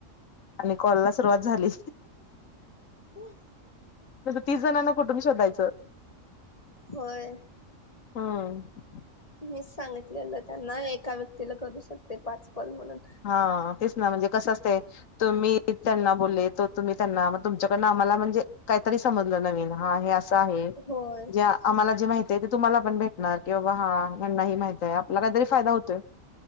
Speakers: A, on the left (about 80°); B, on the left (about 30°).
A: आणि कॉल ला सुरुवात झाली.
B: हम
A: तसं तीस जणांना कुठून शोधायचं.
B: होय.
A: हम्म.
B: मीच सांगितलेलं त्यांना एका व्यक्तीला करू शकते पाच कॉल म्हणून.
A: हा तेच ना म्हणजे कसं असतय तुम्ही त्यांना बोलले तो तुम्ही त्यांना म तुमच्याकडनं आम्हाला म्हणजे काहीतरी समजलं नवीन हा हे असं आहे
B: होय
A: ज्या आम्हाला जे माहिती आहे ते तुम्हाला पण भेटणार किंवा हा यांनाही माहिती आहे आपला काहीतरी फायदा होतोय